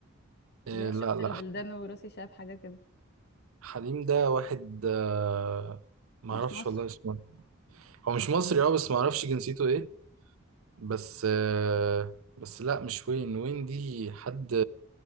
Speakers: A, on the right; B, on the left.
A: آه،
B: اللي هي
A: لا
B: شفت
A: لا
B: البلدان وروسي شاب حاجة كده
A: حليم ده واحد آه، ما
B: مش
A: اعرفش
B: مصري
A: والله اسمه هو مش مصري اه بس ما اعرفش جنسيته ايه بس آه، بس لا مش وين وين دي حد